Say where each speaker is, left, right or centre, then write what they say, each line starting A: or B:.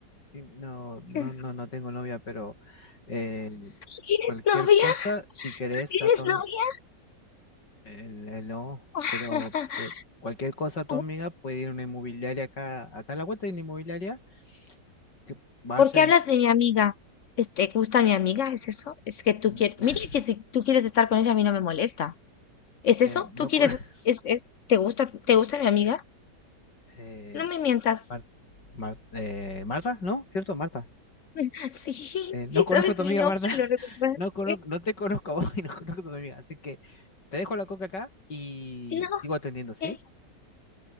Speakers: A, on the left; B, on the left.
A: Sí, no,
B: <laughs>
A: no,
B: ¿No
A: no, no tengo novia, pero eh,
B: tienes
A: cualquier
B: novia?
A: cosa, si querés,
B: ¿No tienes
A: a tu, ami-
B: novia?
A: El- el no,
B: <laughs>
A: pero te- cualquier cosa tu
B: Uy,
A: amiga puede ir a una inmobiliaria acá, acá a la vuelta hay una inmobiliaria que vaya
B: ¿Por qué
A: y
B: hablas de mi amiga? Este, ¿gusta mi amiga? ¿Es eso? Es que tú
A: <laughs>
B: quieres. Mira que si tú quieres estar con ella, a mí no me molesta. ¿Es
A: eh,
B: eso?
A: no
B: ¿Tú quieres?
A: con <laughs>
B: ¿Es, es, te gusta, te
A: eh,
B: gusta mi amiga?
A: eh,
B: No me mientas.
A: Mar- Mar- eh, Marta, ¿no? ¿Cierto? Marta.
B: <laughs> Sí,
A: Eh, no
B: sí
A: conozco
B: sabes
A: a tu amiga
B: mi nombre,
A: Marta, <laughs>
B: lo recuerdas.
A: no conozco,
B: Eh,
A: no te conozco a vos <laughs> y no conozco a tu amiga, así que te dejo la coca acá y
B: No,
A: sigo atendiendo, ¿sí?
B: eh,